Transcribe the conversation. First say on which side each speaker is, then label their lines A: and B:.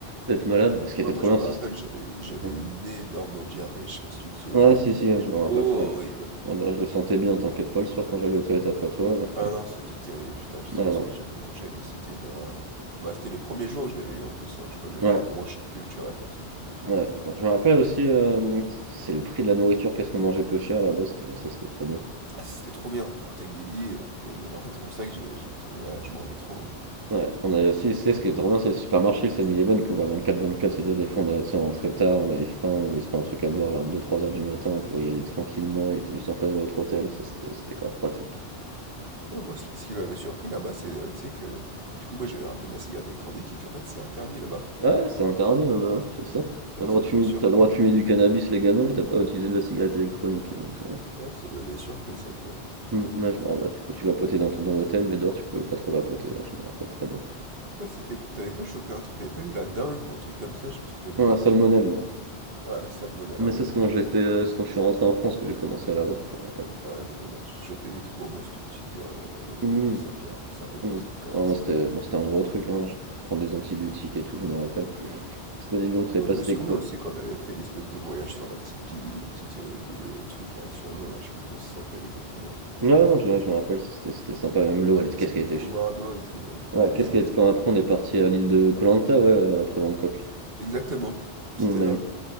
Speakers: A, on the right; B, on the right.
A: d'être malade. Mais ce qui
B: Ouais,
A: était
B: moi
A: trop
B: je
A: bien,
B: me
A: si
B: rappelle,
A: c'était.
B: j'avais j'avais
A: hein.
B: une énorme diarrhée, je sais pas si tu te souviens.
A: Ouais, si,
B: C'était
A: si, hein, je me rappelle
B: horrible.
A: très Ah bah, je le sentais bien, t'inquiète pas, le soir quand j'allais aux toilettes après toi. euh,
B: Ah
A: <laughs>
B: non, c'était terrible, putain, je
A: Ouais,
B: sais pas
A: non.
B: ce que j'avais mangé, mais c'était une horreur. Bah, c'était les premiers jours où je l'avais eu en plus, hein. Je crois que j'avais
A: Ouais,
B: eu un gros choc culturel, là, c'est le cas de le dire.
A: ouais. Bah, je me rappelle aussi, euh, c'est le prix de la nourriture, qu'est-ce qu'on mangeait peu cher là-bas, c'était- ça c'était trop bien.
B: Ah, c'était trop bien, on partait avec des billets, on pouvait... bon, en fait, c'est pour ça que j'ai j'ai tombé malade, je mangeais trop. hein.
A: Ouais, on avait aussi, c'est ce qui est trop bien, c'est le supermarché, le 7-Eleven qui est ouvert 24-24, c'est-à-dire des fois on, a, tu sais, on rentrait tard, on avait faim, ou voulait se prendre un truc à boire vers deux trois heures du matin, on pouvait y aller tranquillement, il était juste en face de notre hôtel, ça c'était c'était grave pratique.
B: Ouais, moi, ce qui, ce qui m'avait surpris là-bas, c'est, euh, tu sais, que... Du coup, moi, j'avais ramené ma cigarette électronique et qu'en fait, c'est interdit là-bas.
A: Ouais, c'est interdit, ouais, bah, ouais, je sais.
B: Ouais,
A: T'as le
B: ça
A: droit
B: m'avait
A: de fumer,
B: surpris.
A: t'as le droit de fumer du cannabis légalement, mais t'as pas à utiliser de la cigarette électronique, hein, donc... euh,
B: Ouais, ça m'avait surpris, ça, tiens.
A: Mmh, ouais, je me rappelle, du coup, tu vapotais dans ton dans l'hôtel, mais dehors, tu pouvais pas trop vapoter, ouais, je me rappelle très bien.
B: Toi, c'était, t'avais pas chopé un truc, t'avais pas eu la dingue ou un truc comme ça, je sais pas ce que t'avais
A: Non,
B: eu,
A: la salmonelle,
B: toi.
A: moi.
B: Ah, la salmonella,
A: Mais ça,
B: ouais, non,
A: c'est quand
B: on est...
A: j'étais, euh, c'est quand je suis rentré en France que j'ai commencé à l'avoir, je me rappelle.
B: ah, non, mais on a tous chopé des trucs. Bon, moi, c'était une petite diarrhée euh,
A: Oui,
B: passagère, donc ça allait,
A: oui.
B: mais c'était quand même
A: Ah, moi,
B: assez
A: c'était
B: douloureux.
A: moi, c'était
B: hein.
A: un gros truc, hein. Je, je prends des antibiotiques et tout, je me rappelle. Parce qu'au début, on savait
B: Sinon,
A: pas
B: je me
A: c'était
B: souviens
A: quoi.
B: aussi quand on avait fait l'espèce de voyage sur la petite pile, petite, euh, bi- le truc là, sur l'eau, là, je sais plus comment ça s'appelle exactement, là.
A: Ah, ouais, non, je, ouais, je me rappelle, ça, c'était c'était sympa, même l'eau,
B: Dans
A: elle
B: les
A: était-
B: espèces
A: qu'est-ce qu'elle était.
B: de couloirs
A: ch-
B: d'eau et tout, euh, c'était
A: Ouais,
B: bien
A: qu'est-ce
B: beau.
A: qu'elle était. Quand après, on est parti à l'île de Koh Lanta, ouais, euh, après Bangkok.
B: Exactement, c'était
A: On a
B: là.
A: vu.